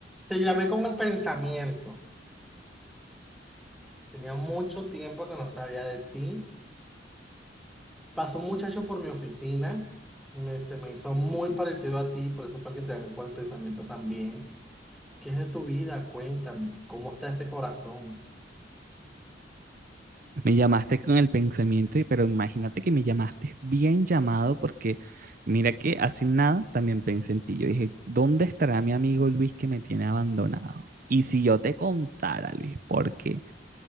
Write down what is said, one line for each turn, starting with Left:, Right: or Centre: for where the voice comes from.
Centre: Te llamé con el pensamiento. Tenía mucho tiempo que no sabía de ti. Pasó un muchacho por mi oficina. me- se me hizo muy parecido a ti, por eso fue que te llamé por el pensamiento también. ¿Qué es de tu vida? Cuéntame, ¿cómo está ese corazón?
Right: Me llamaste con el pensamiento, y- pero imagínate que me llamaste bien llamado porque mira que hace nada también pensé en ti. Yo dije, ¿dónde estará mi amigo Luis que me tiene abandonado? Y si yo te contara, Luis, porque